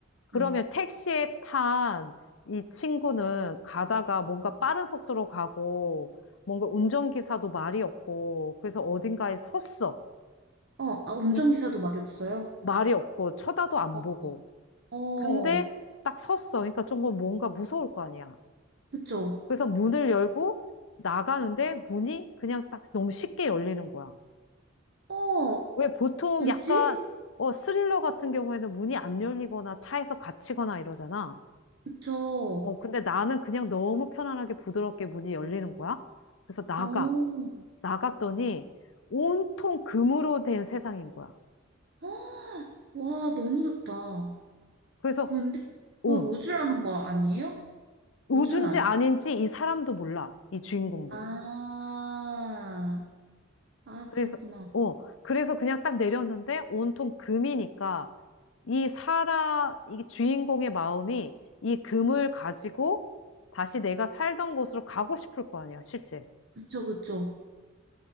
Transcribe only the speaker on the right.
네.
어, 아, 운전기사도
말이 없어요.
어,
어,
그쵸.
어,
왜지?
그쵸.
어,
헉, <gasps> 와, 너무 좋다.
근데 그게
우주라는 거 아니에요?
우주는 아니.
아, 아
그렇구나.
그쵸 그쵸.